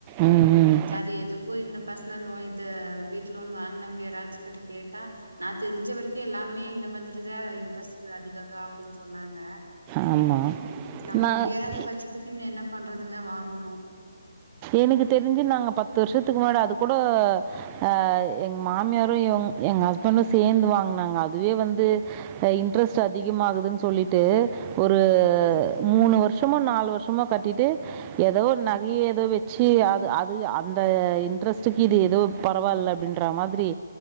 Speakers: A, on the right; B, on the right.
A: ம், ம்.
B: சாரி எதுக்கோ இந்த பஸ் லோன் இத வீட்டு் லோன் வாங்கினவங்க யாராச்சு க கேட்டா நா தெரிஞ்ச வரைக்கு எல்லாமே இந்த மாதிரிதா இன்ட்ரெஸ்ட் இது அதிகதா அப்டின்னு சொன்னாங்க
A: ஆமா.
B: நம்ம
A: நான்
B: முடியாத பட்சத்துக்கு என்ன பண்றதுங்க வாங்குனோ
A: எனக்கு தெரிஞ்சு நாங்க பத்து வருஷத்துக்கு முன்னாடி அது கூட ஆ எங் மாமியாரு இவ் எங் ஹஸ்பண்டும் சேர்ந்து வாங்குனாங்க அதுவே வந்து இன்ட்ரஸ்ட் அதிகமாகுது சொல்லிட்டு ஒரு
B: சரிங்க
A: மூணு வருஷமோ நாலு வர்ஷ சும்மா கட்டிட்டு ஏதோ ஒரு நகையை ஏதோ வ சி அது அது அந்த இன்ட்ரெஸ்ட்டுக்கு இது எதோ பரவால்ல அப்பிடின்ட மாதிரி